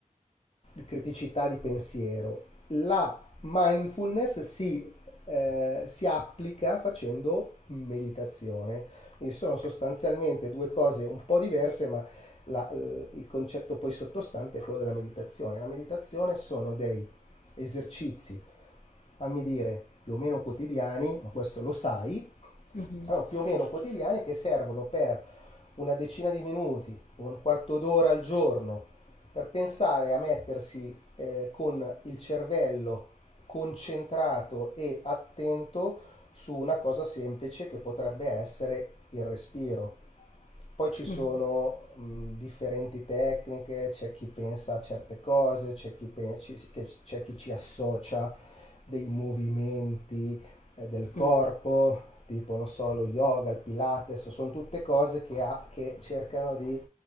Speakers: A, on the left; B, on the left.
A: criticità di pensiero, la mindfulness si, eh, si applica facendo meditazione. Quindi sono sostanzialmente due cose un po' diverse, ma la- l- il concetto poi sottostante è quello della meditazione. La meditazione sono dei esercizi, fammi dire, più o meno quotidiani, ma questo lo sai,
B: mhm,
A: allora, più o meno quotidiane che servono per una decina di minuti, un quarto d'ora al giorno, per pensare a mettersi eh, con il cervello concentrato e attento su una cosa semplice che potrebbe essere il respiro. Poi ci sono
B: mhm,
A: mh, differenti tecniche, c'è chi pensa a certe cose, c'è chi, pensi- che- c'è chi ci associa dei movimenti eh, del corpo,
B: mm,
A: tipo non so, lo yoga, il pilates, sono tutte cose che, ha- che cercano di